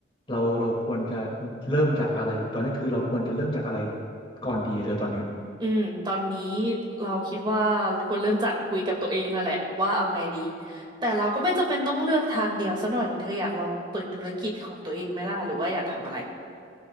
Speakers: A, on the left; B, on the right.
A: เราเราควรจะเริ่มจากอะไรตอนนี้คือเราควรจะเริ่มจากอะไรก่อนดีเธอตอนเนี้ย
B: อืมตอนนี้เราคิดว่าควรเริ่มจากคุยกับตัวเองนั่นแหละว่าเอาไงดีแต่เราก็ไม่จำเป็นต้องเลือกทางเดียวซะหน่อยเธออยากลองเปิดธุรกิจของตัวเองไหมล่ะหรือว่าอยากทำอะไร